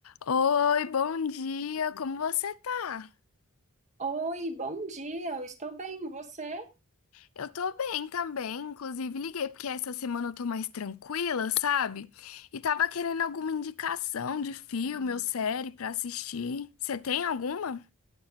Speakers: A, on the left (about 70°); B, on the right (about 35°).
A: Oi, bom dia, como você tá?
B: Oi, bom dia, eu estou bem, você?
A: Eu tô bem também, inclusive liguei porque essa semana eu tô mais tranquila, sabe? E tava querendo alguma indicação de filme ou série pra assistir. Você tem alguma?